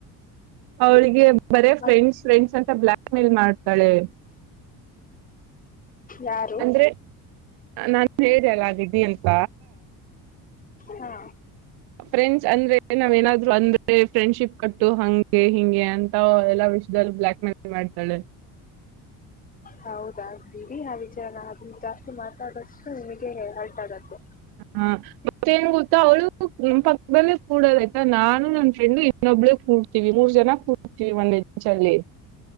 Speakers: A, on the right; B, on the left.
A: ಅವಳಿಗೆ ಬರೆ
B: ಮತ್
A: ಫ್ರೆಂಡ್ಸ್ ಫ್ರೆಂಡ್ಸ್ ಅಂತ ಬ್ಲ್ಯಾಕ್ ಮೇಲ್ ಮಾಡ್ತಾಳೆ
B: ಯಾರು
A: ಅಂದ್ರೆ ನಾನು ಹೇಳಿದೆಲ್ಲ ದಿ <unintelligible> ಅಂತ
B: ಹಾ
A: ಫ್ರೆಂಡ್ಸ್ ಅಂದ್ರೆ ನಾವ್ ಏನಾದ್ರು ಅಂದ್ರೆ ಫ್ರೆಂಡ್ಶಿಪ್ ಕಟ್ಟು ಹಂಗೆ ಹಿಂಗೆ ಅಂತ ಎಲ್ಲಾ ವಿಷಯದಲ್ಲಿ ಬ್ಲ್ಯಾಕ್ಮೇಲ್ ಮೆ ಮಾಡ್ತಾಳೆ
B: ಹೌದಾ ಬಿಡಿ ಆ ವಿಚಾರಾನ ಅದನ್ನ ಜಾಸ್ತಿ ಮಾತಾಡಷ್ಟು ನಿಮಗೆ ಹರಟ ಆಗುತ್ತೆ
A: ಹಾ ಮತ್ತೇನ್ ಗೊತ್ತಾ ಅವಳು ನಿಮ್ ಪಕ್ಕದಲ್ಲೇ ಕೂಡದ ಆಯ್ತಾ ನಾನು ನನ್ ಫ್ರೆಂಡು ಒಬ್ಳ ಕೂಡ್ತಿವಿ ಮೂರ್ ಜನ ಕೂಡ್ತಿವಿ ಒಂದೆ ಬಚಲ್ಲಿ